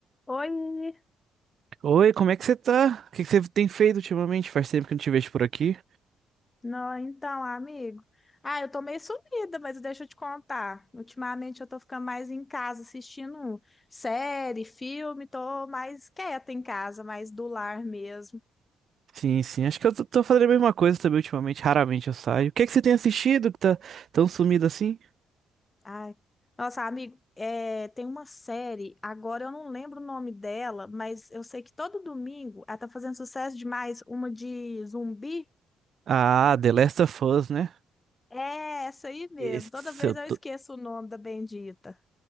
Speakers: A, on the left (about 25°); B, on the right (about 55°).
A: Oi,
B: Oi, como é que você tá? O que que você tem feito ultimamente? Faz tempo que eu não te vejo por aqui.
A: não, então, amigo. Ah, eu tô meio sumida, mas deixa eu te contar. Ultimamente eu tô ficando mais em casa assistindo série, filme, tô mais quieta em casa, mais do lar mesmo.
B: Sim, sim, acho que eu tô tô fazendo a mesma coisa também ultimamente, raramente eu saio. O que é que você tem assistido que tá tão sumido assim?
A: Ai, nossa, amigo, é, tem uma série, agora eu não lembro o nome dela, mas eu sei que todo domingo ela tá fazendo sucesso demais, uma de zumbi.
B: Ah, The Last of Us, né?
A: É essa aí mesmo.
B: Esse
A: Toda vez
B: eu
A: eu
B: tô-
A: esqueço o nome da bendita.